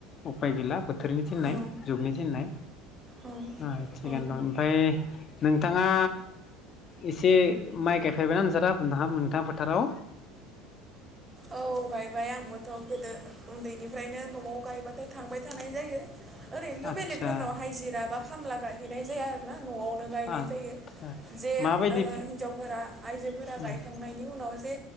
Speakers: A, on the left; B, on the right.
A: उफाय गैला बोथोरनि थिननाय
B: औ
A: जुगनि थिननाय
B: औ
A: उम थिगनो
B: औ
A: दं ओमफाय नोंथाङा एसे माइ गायफेरबायना नोंसा दा नोंहा नोंथांङा फोथाराव
B: औ गायबाय आंबोथ' गोदो उन्दैनिफ्रायनो न'आव गायबाथाय थांबाय थानाय जायो ओरैनोथ'
A: आदसा
B: बेलेगफोरनाव हाजिरा बा खामला गायहैनाय जाया आरो ना। न'आवनो गायनाय
A: आदसा
B: जायो। जे
A: माबायदि
B: ओ हिनजावफोरा आइजोफोरा
A: उम
B: गायखांनायनि उनाव जे